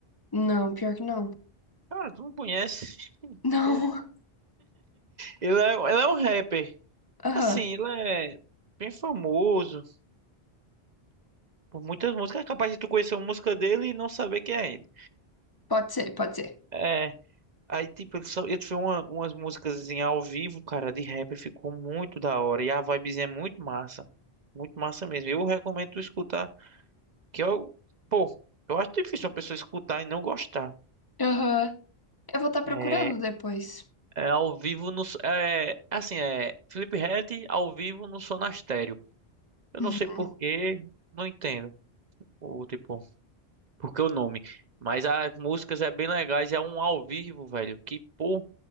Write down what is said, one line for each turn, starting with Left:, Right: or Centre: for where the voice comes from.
Left: Não, pior que não. <laughs>
Right: Cara, tu não conhece?
Left: Não.
Right: Pô, Ele é, ele é um rapper.
Left: Aham.
Right: Assim, ele é bem famoso por muitas músicas. É capaz de tu conhecer uma música dele e não saber quem é ele.
Left: Pode ser, pode ser.
Right: É. Aí, tipo, ele, só, ele fez uma, umas músicas ao vivo, cara, de rap. Ficou muito da hora. E a vibezinha é muito massa. Muito massa mesmo. Eu recomendo tu escutar. Que eu, pô, eu acho difícil uma pessoa escutar e não gostar.
Left: Aham. Eu vou estar procurando
Right: É,
Left: depois.
Right: é ao vivo no. É, assim, é Felipe Ret ao vivo no Sonastério. Eu
Left: Uhum.
Right: não sei por quê, não entendo o tipo, por que o nome. Mas as músicas é bem legais, é um ao vivo, velho, que pô,